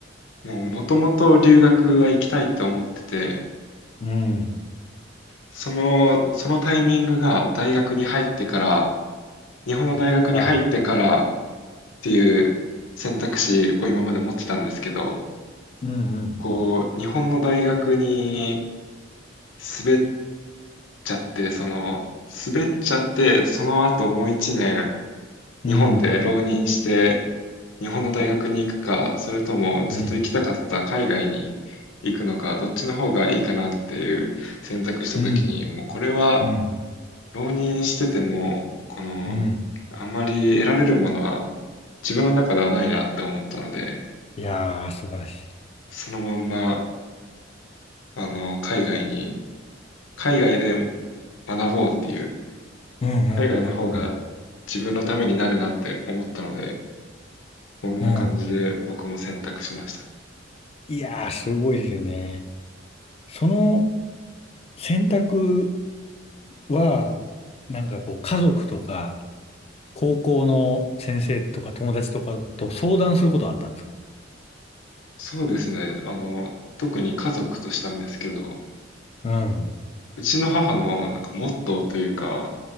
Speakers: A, on the left; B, on the left.
A: もうもともと留学は行きたいと思ってて、
B: うん。
A: その、そのタイミングが大学に入ってから、日本の大学に入ってからっ
B: 行くか。
A: ていう選択肢を今まで持ってたんですけど、
B: うんうん。
A: こう、日本の大学に滑っちゃって、その、滑っちゃって、その後もう一年、
B: うん。
A: 日本で浪人して、日本の大学に行くか、それともずっと行きたかった海外に行くのか、
B: うん。
A: どっちの方がいいかなっていう選択した時に、
B: うん。
A: もうこれは
B: うん。
A: 浪人してても、この、
B: うん
A: あまり得られるものは自分の中ではないなって思ったので、
B: いやー、素晴らしい。
A: そのまんま、あの、海外に、海外で学ぼうっていう、
B: うんうんうん
A: 海外の方が自分のためになるなって思ったので、そんな感じで僕も選択しました。
B: うんうん。いやー、すごいですよね。その選択は、なんかこう、家族とか、高校の先生とか友達とかと相談することはあったんですか
A: そうですね。あの、特に家族としたんですけど、
B: うん。
A: うちの母のなんかモットーというか、